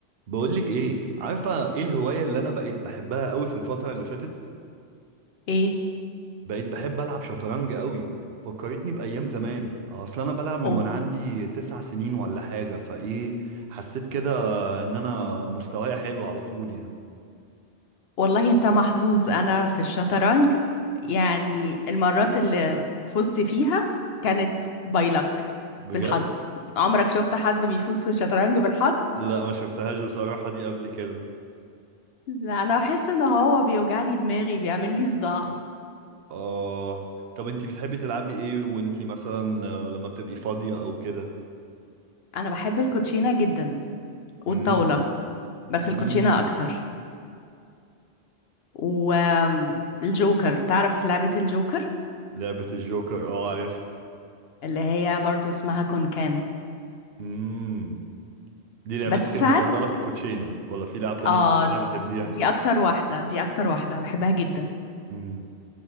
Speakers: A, on the right; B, on the left.
A: بقولك ايه عارفه ايه الهوايه اللي انا بقيت بحبها قوي في الفتره اللي فاتت
B: ايه
A: بقيت بحب العب شطرنج قوي فكرتني بايام زمان اصل انا بلعب
B: أو
A: من وانا عندي تسع سنين ولا حاجه فايه حسيت كده ان انا مستواي حلو على طول يعني
B: والله انت محظوظ انا في الشطرنج يعني المرات اللي فزت فيها كانت باي لك
A: بجد
B: بالحظ عمرك شفت حد بيفوز في الشطرنج بالحظ
A: لا ما شفتهاش بصراحه دي قبل كده
B: لا انا بحس ان هو بيوجع لي دماغي بيعمل لي صداع
A: اه طب انتي بتحبي تلعبي ايه وانتي مثلا آه، لما بتبقي فاضيه او كده
B: انا بحب الكوتشينه جدا والطاوله
A: امم
B: بس الكوتشينه
A: امم
B: اكتر والجوكر تعرف لعبه الجوكر
A: لعبه الجوكر اه عارفها
B: اللي هي برضو اسمها كونكان
A: امم دي لعبتك
B: بس
A: المفضلة
B: ساعات
A: في الكوتشينة ولا في لعب تانية
B: اه
A: في آه. الكوتشينة
B: د-
A: بتحبيها
B: دي اكتر واحدة دي اكتر واحدة بحبها جدا
A: امم